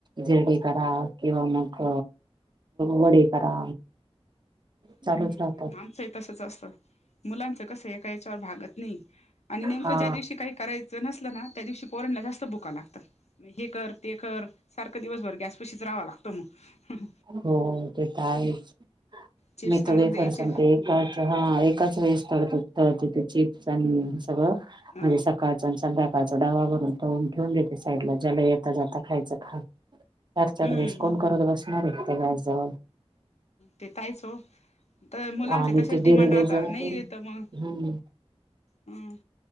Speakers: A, on the right (about 45°); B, on the left (about 85°).
A: धिरडे करा, किंवा मग वडे करा. चालूच
B: हम्म हम्
A: राहतात
B: हम. आमचंही तसंच असतं. मुलांचं कसं हे एका याच्यावर भागत नाही. आणि नेमकं
A: हा
B: ज्या दिवशी काही करायच च नसलं ना, त्या दिवशी पोरांनला जास्त भुका लागतात. हे कर ते कर सारखं दिवसभर गॅस पशीच राहावं लागतं मग.
A: हो ते तर आहेच.
B: चिप्स
A: मी तर
B: तळून
A: बाई
B: द्यायचे
A: खरं सांगते एकाच हा एकाच वेळेस तळते ते चिप्स आणि सगळ म्हणजे
B: अ
A: सकाळचं आणि संध्या काळचं डबा भरून तळून ठेवून गेलते साईडला ज्याला येता जाता खायचं खा चार चार
B: हम्म
A: वेळेस कोण करत बसणारये त्या गॅसजवळ.
B: ते तर आहेच हो तर मुलांचे
A: आणि
B: तसेच
A: ते
B: डिमांड
A: धिरडे
B: राहता
A: जर
B: नाही ये तर मग
A: हम्म
B: हम्